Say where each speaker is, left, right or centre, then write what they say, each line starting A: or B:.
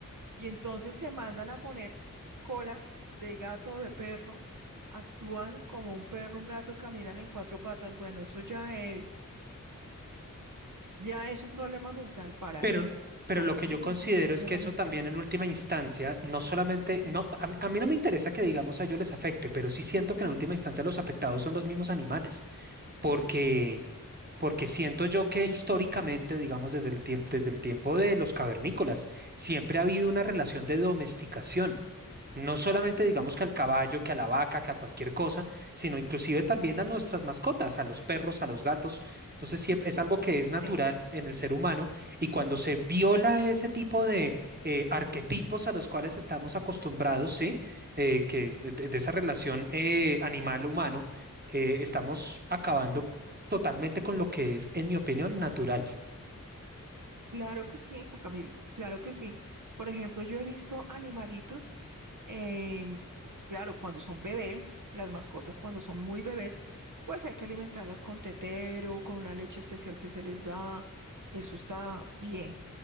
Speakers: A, on the right; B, on the right.
A: Y entonces se mandan a poner cola de gato o de perro, actúan como un perro, un gato, caminan en cuatro patas. Bueno, eso ya es, ya es un problema mental para
B: Pero,
A: mí.
B: pero
A: Para
B: lo que
A: mí
B: yo considero
A: eso es un problema
B: es que eso
A: mental.
B: también en última instancia, no solamente, no, a, mí a mí no me interesa que digamos a ellos les afecte, pero sí siento que en última instancia los afectados son los mismos animales, porque, porque siento yo que históricamente, digamos desde el tiempo, desde el tiempo de los cavernícolas, siempre ha habido una relación de domesticación. No solamente digamos que al caballo, que a la vaca, que a cualquier cosa, sino inclusive también a nuestras mascotas, a los perros, a los gatos. Entonces sí, es algo que es natural
A: Sí.
B: en el ser humano y cuando se viola ese tipo de eh, arquetipos a los cuales estamos acostumbrados, sí, Eh, que de, de esa relación eh, animal-humano, eh, estamos acabando totalmente con lo que es, en mi opinión, natural.
A: Claro que sí, Juan Camilo, claro que sí. Por ejemplo, yo he visto animalitos, em, claro, cuando son bebés, las mascotas cuando son muy bebés, pues hay que alimentarlas con tetero, con una leche especial que se les da. Eso está bien